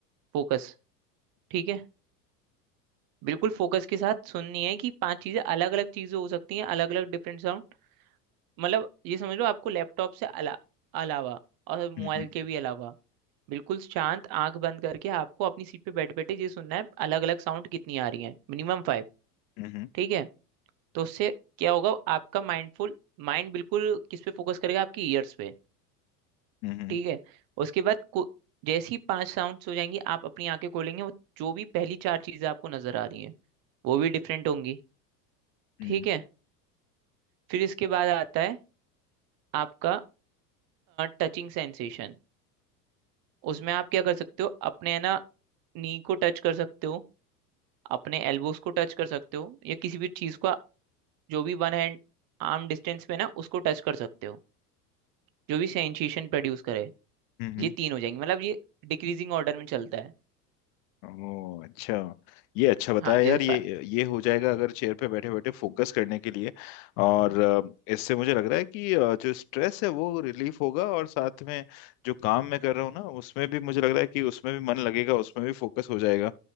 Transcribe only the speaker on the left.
हम्म हम्म
हम्म
हम्म हम्म हम्म
हम्म
हम्म,
हम्म, हम्म।
ओह अच्छा ये अच्छा बताया
यार ये ये हो जाएगा अगर चेयर पे बैठे बैठे फोकस करने के लिए और अ, इससे मुझे लग रहा है कि अ, जो स्ट्रेस है वो रिलीफ होगा और साथ में जो काम मैं कर रहा हूँ ना उसमें भी मुझे लग रहा है कि उसमें भी मन लगेगा उसमें भी फोकस हो जाएगा